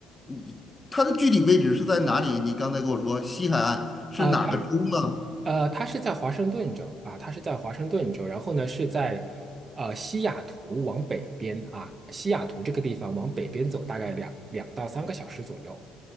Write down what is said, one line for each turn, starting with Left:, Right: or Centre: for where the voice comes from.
Left: 嗯它的具体位置是在哪里？你刚才跟我说西海岸是哪个州呢？
Right: 啊，它呃，它是在华盛顿州啊，它是在华盛顿州，然后呢是在呃西雅图往北边啊，西雅图这个地方往北边走大概两两到三个小时左右。